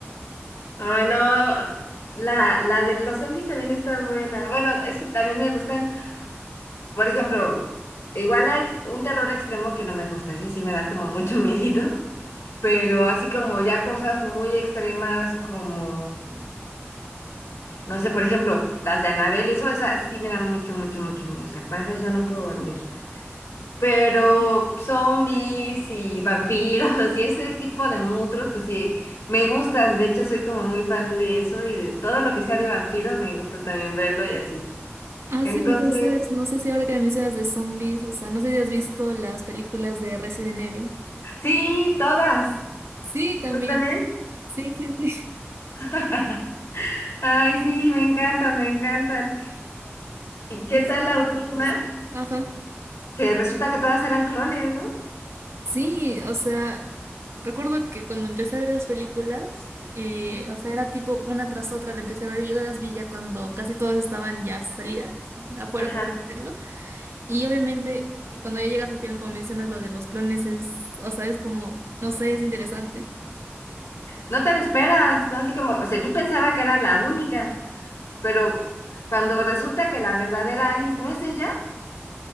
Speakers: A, on the left (about 85°); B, on the right (about 70°).
A: Ay, no. La, la de los zombies también está buena. Bueno, es que también me gustan. Por ejemplo, igual hay un terror extremo que no me gusta. Ese sí me da como mucho <laughs> miedito. Pero así como ya cosas muy extremas como, no sé, por ejemplo, las de Anabel, eso, esas sí me dan mucho, mucho, mucho miedo. O sea, con esas yo no puedo dormir. Pero
B: Mm.
A: zombies y vampiros <laughs> y ese tipo de monstruos, pues sí, me gustan. De hecho, soy como muy fan de eso y de todo lo que sea de vampiros, me gusta también verlo y así.
B: Ah,
A: Entonces,
B: sí, entonces, no sé si ahora que me mencionas de zombies, o sea, no sé si has visto las películas de Resident Evil.
A: sí, todas.
B: Sí, también.
A: ¿Tú también?
B: Sí, sí, sí. <laughs>
A: <laughs> Ay, sí, me encantan, me encantan. ¿Y qué
B: Sí,
A: tal
B: son películas.
A: la última?
B: Ajá.
A: Que resulta que todas eran clones, ¿no?
B: Sí, o sea, recuerdo que cuando empecé a ver las películas, eh,
A: Ujú.
B: o sea, era tipo una tras otra, la empecé a ver, yo las vi ya cuando casi todas estaban ya salidas, afuera,
A: Ajá.
B: por así decirlo. Y obviamente, cuando ya llegas al final, como mencionas, lo de los clones es, o sea, es como, no sé, es interesante.
A: No te lo esperas, ¿no? Así como, o sea, yo pensaba que era la única. Pero cuando resulta que la verdadera Alice no es ella,